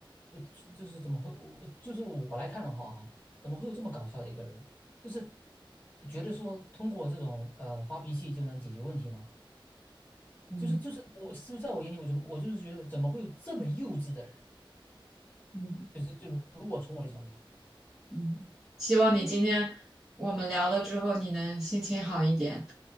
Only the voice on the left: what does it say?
我就是怎么会我就是我来看的话啊，怎么会有这么搞笑的一个人？就是觉得说通过这种呃发脾气就能解决问题吗？
就是就是我就在我眼里，我怎么我就是觉得怎么会有这么幼稚的人？
就是就如果从我的角度讲。
因为。